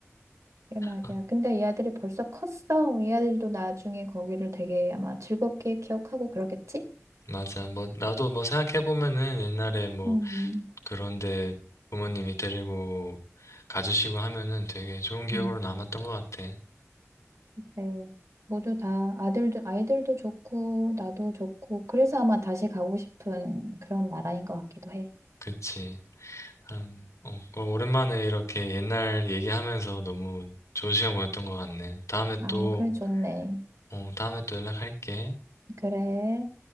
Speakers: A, on the right; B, on the left.
A: 그게 말이야.
B: 아,
A: 근데 이 아들이 벌써 컸어. 이 아들도 나중에 거기를 되게 아마 즐겁게 기억하고 그러겠지?
B: 맞아. 뭐 나도 뭐 생각해 보면은 옛날에 뭐
A: 음,
B: 그런데 부모님이 데리고 가주시고 하면은 되게 좋은 기억으로
A: 음.
B: 남았던 것 같아.
A: 네. 모두 다 아들도, 아이들도 좋고, 나도 좋고, 그래서 아마 다시 가고 싶은 그런 나라인 것 같기도 해.
B: 그치. 참, 어, 어, 오랜만에 이렇게 옛날 얘기하면서 너무 좋은 시간 보냈던 것 같네. 다음에
A: 아,
B: 또,
A: 그래, 좋네.
B: 어, 다음에 또 연락할게.
A: 그래.